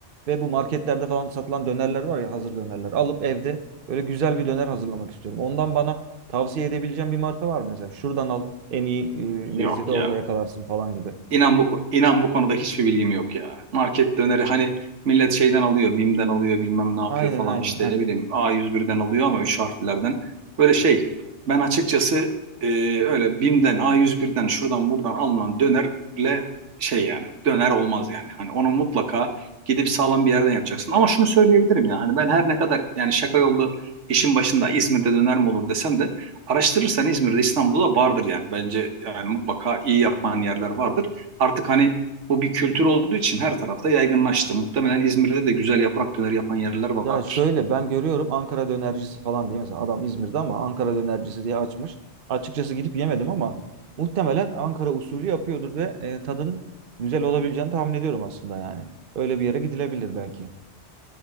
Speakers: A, on the right; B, on the right.
A: Ve bu marketlerde falan satılan dönerler var ya hazır dönerler. Alıp evde böyle güzel bir döner hazırlamak istiyorum. Ondan bana tavsiye edebileceğim bir marka var mı? Mesela şuradan al en iyi
B: yok
A: e, lezzeti
B: ya.
A: orada yakalarsın falan gibi.
B: İnan bu, inan bu konuda hiçbir bilgim yok ya. Market döneri hani millet şeyden alıyor, BİM'den alıyor bilmem ne yapıyor
A: Aynen
B: falan
A: aynen.
B: işte ne bileyim A101'den alıyor ama 3 harflilerden. Böyle şey ben açıkçası e, öyle BİM'den A101'den şuradan buradan alınan dönerle şey yani döner olmaz yani. Hani onu mutlaka gidip sağlam bir yerden yapacaksın. Ama şunu söyleyebilirim ya hani ben her ne kadar yani şaka yollu işin başında İzmir'de döner mi olur desem de araştırırsan İzmir'de İstanbul'da da vardır yani. Bence yani mutlaka iyi yapan yerler vardır. Artık hani bu bir kültür olduğu için her tarafta yaygınlaştı. Muhtemelen İzmir'de de güzel yaprak döner yapan yerler vardır.
A: Ya şöyle ben görüyorum Ankara dönercisi falan diye mesela adam İzmir'de ama Ankara dönercisi diye açmış. Açıkçası gidip yemedim ama muhtemelen Ankara usulü yapıyordur ve e, tadın güzel olabileceğini tahmin ediyorum aslında yani. Öyle bir yere gidilebilir belki.